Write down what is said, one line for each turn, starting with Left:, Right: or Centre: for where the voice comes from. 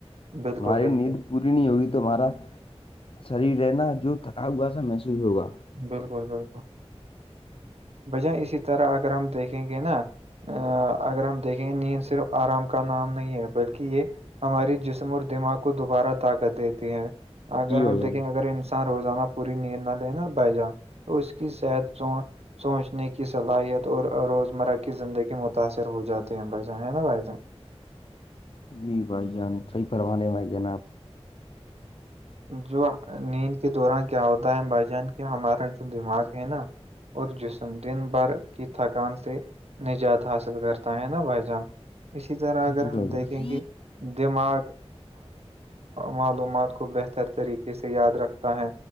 Right: بالکل،
Left: ہماری
Right: بالکل،
Left: نیند پوری نہیں ہوگی تو ہمارا شریر رہ نا جو تھکا ہوا سا محسوس ہوگا
Right: بالکل بالکل بھای جان اسی طرح اگر ہم دیکھیں گے نا ا اگر ہم دیکھیں گے نیند صرف آرام کا نام نہیں ہے بلکہ یہ ہماری جسم اور دماغ کو دوبارہ طاقت دیتی ہے اگر
Left: جی بھائی
Right: ہم
Left: جان
Right: دیکھیں اگر انسان روزانہ پوری نیند نہ لےینا بھائی جان تو اس کی صحت سو سوچنے کی صلاحیت اور روزمرہ کی زندگی متاثر ہو جاتے ہیں بھائی جان ہیں نا بائی جان
Left: جی بھائی جان صحیح پروانے بںھائی جان آپ
Right: جو نیند کے دوران کیا ہوتا ہے بھائی جان کہ ہمارا جو دماغ ہے نا اور جسم دن بھر کی تھکان سے نجات حاصل کرتا ہے نا بھائی جان اسی طرح اگر
Left: جی
Right: ہم
Left: بھائی
Right: دیکھیں
Left: جان
Right: گے دماغ معلومات کو بہتر ار طریقے سے یاد رکھتا ہے